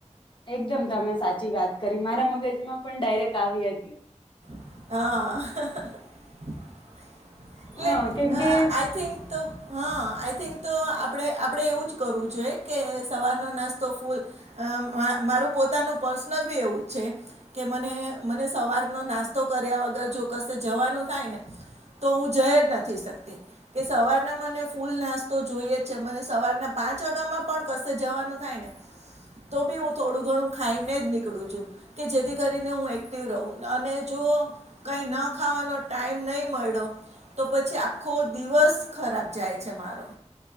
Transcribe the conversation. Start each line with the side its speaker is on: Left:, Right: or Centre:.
Left: એકદમ તમે સાચી વાત કરી મારા મગજમાં પણ ડાયરેક્ટ આવી હતી.
Right: હઅ એટલે
Left: હ કેમકે
Right: અ આઈ થિંક તો, હ આઈ થિંક તો તો આપડે આપડે એવું જ કરવું જોઈએ કે સવારનો નાસ્તો ફૂલ અ મારું પોતા નું પર્સનલ બી એવું છે, કે મને મને સવારનો નાસ્તો કર્યા વગર જો કશે નું થાયને તો હું જઈ જ નથી શકતી કે સવારના મને ફૂલ નાસ્તો જોઈએ છે. મને સવારના પાંચ વાગ્યામાં પણ કશે જવાનું થાય ને તો બી હું થોડું ઘણું ખાઈને જ નીકળું છું કે જેથી કરીને હું ટીવ રઉ. અને જો કઈ ન ખાવાનો ટાઈમ નહી મળ્યો તો પછી આખો દિવસ ખરાબ જાય છે મારો.